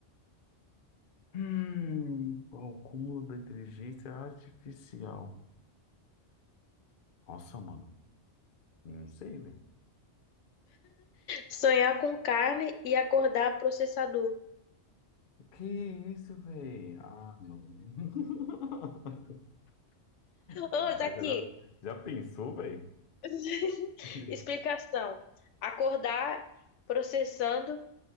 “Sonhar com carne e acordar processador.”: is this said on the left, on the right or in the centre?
Left